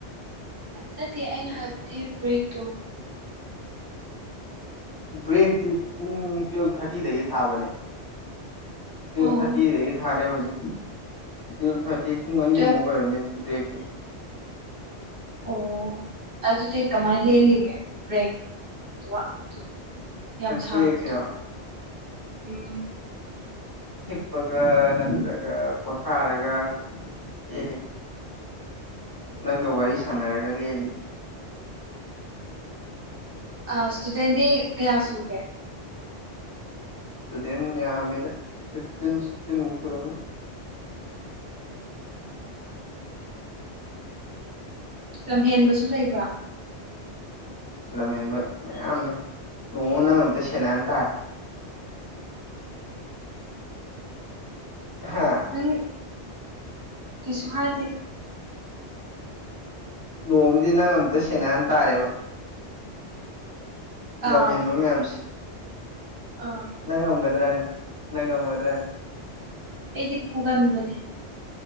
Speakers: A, on the right (about 55°); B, on the left (about 20°).
A: ꯅꯠꯇꯦ ꯑꯩꯅ ꯍꯥꯏꯕꯗꯤ ꯕ꯭ꯔꯦꯛꯇꯣ꯫
B: ꯕ꯭ꯔꯦꯛꯇꯤ ꯄꯨꯡ ꯇꯨꯌꯦꯜꯕ ꯊꯥꯔꯇꯤꯗꯒꯤ ꯊꯥꯕꯅꯦ꯫ ꯇꯨꯋꯜꯕ
A: ꯑꯣ
B: ꯊꯥꯔꯇꯤꯗꯒꯤ ꯊꯥꯔꯦ ꯍꯧꯖꯤꯛ ꯇꯨꯋꯜ ꯊꯥꯔꯇꯤ, ꯄꯨꯡ ꯑꯅꯤꯃꯨꯛ
A: ꯇꯨꯋꯦꯜꯞ
B: ꯑꯣꯏꯔꯝꯅꯤ꯫ ꯕ꯭ꯔꯦꯛꯇꯤ꯫
A: ꯑꯣ ꯑꯗꯨꯗꯤ ꯀꯃꯥꯏꯅ ꯂꯦꯜꯂꯤꯒꯦ ꯕ꯭ꯔꯦꯛ <unintelligible> ꯌꯥꯝ ꯁꯥꯡꯕꯗꯣ
B: ꯕ꯭ꯔꯦꯛꯁꯤꯔꯣ
A: ꯎꯝ꯫
B: ꯍꯤꯞꯄꯒ ꯅꯠꯇ꯭ꯔꯒ ꯄꯣꯊꯥꯔꯒ ꯂꯦꯜꯂꯤ꯫ ꯅꯪꯒ ꯋꯥꯔꯤ ꯁꯥꯟꯅꯔꯒ ꯂꯦꯜꯂꯤ꯫
A: ꯑ ꯏꯁꯇꯨꯗꯦꯟꯗꯤ ꯀꯌꯥ ꯁꯨꯒꯦ?
B: ꯏꯁꯇꯨꯗꯦꯟ ꯌꯥꯃꯤꯗ ꯐꯤꯐꯇꯤꯟ-ꯁꯤꯛꯁꯇꯤꯟꯃꯨꯛ ꯁꯨꯔꯝꯅꯤ꯫
A: ꯂꯝ ꯍꯦꯟꯕꯁꯨ ꯂꯩꯕ꯭ꯔꯣ꯫
B: ꯂꯝ ꯍꯦꯟꯕ ꯃꯌꯥꯝ ꯂꯩ ꯅꯣꯡꯃ ꯅꯪ ꯑꯝꯇ ꯁꯦꯟꯅꯍꯟ ꯇꯥꯔꯦ꯫ ꯍꯥꯥ꯫
A: ꯅꯪ ꯀꯩꯁꯨ ꯍꯥꯏꯗꯦ꯫
B: ꯅꯣꯡꯃꯗꯤ ꯅꯪ ꯑꯝꯇ ꯁꯦꯟꯅꯍꯟ ꯇꯥꯔꯦꯕ꯫
A: ꯑꯥ
B: ꯂꯝ ꯍꯦꯟꯕ ꯃꯌꯥꯝꯁꯦ꯫
A: ꯑꯥ꯫
B: ꯅꯪ ꯉꯝꯒꯗ꯭ꯔꯥꯅꯦ ꯅꯪ ꯉꯝꯒꯗ꯭ꯔꯥꯅꯦ?
A: ꯑꯩꯗꯤ ꯐꯨꯒꯟꯕꯅꯦ꯫